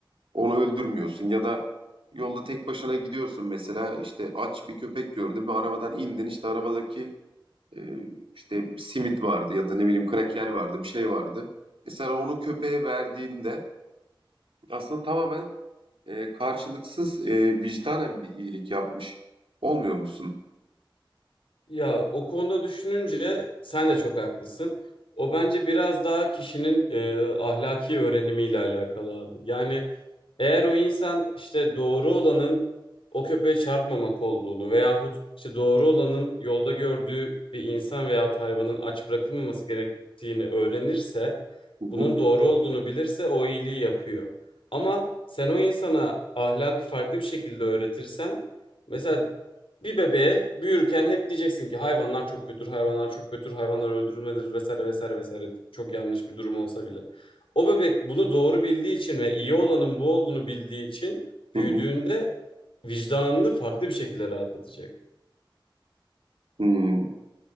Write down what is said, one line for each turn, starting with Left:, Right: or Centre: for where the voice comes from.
Right: onu öldürmüyorsun ya da yolda tek başına gidiyorsun mesela işte aç bir köpek gördün ve arabadan indin işte arabadaki e, işte simit vardı ya da ne bileyim kraker vardı bir şey vardı. Mesela onu köpeğe verdiğinde aslında tamamen e, karşılıksız e, vicdanen bir iyilik yapmış. Olmuyor musun?
Left: Ya o konuda düşününce sen de çok haklısın. O bence biraz daha kişinin e, ahlaki öğrenimiyle alakalı abi. Yani eğer o insan işte doğru olanın o köpeğe çarpmamak olduğunu veyahut işte doğru olanın yolda gördüğü bir insan veyahut hayvanın aç bırakılmaması gerektiğini öğrenirse,
Right: Hı hı,
Left: bunun doğru olduğunu bilirse o iyiliği yapıyor. Ama sen o insana ahlakı farklı bir şekilde öğretirsen Mesela bir bebeğe büyürken hep diyeceksin ki hayvanlar çok kötüdür, hayvanlar çok kötüdür, hayvanlar öldürülmedir vesaire vesaire vesaire. Çok yanlış bir durum olsa bile. O bebek bunu doğru bildiği için ve iyi olanın bu olduğunu bildiği için
Right: hı
Left: büyüdüğünde
Right: hı,
Left: vicdanını farklı bir şekilde rahatlatacak.
Right: hı.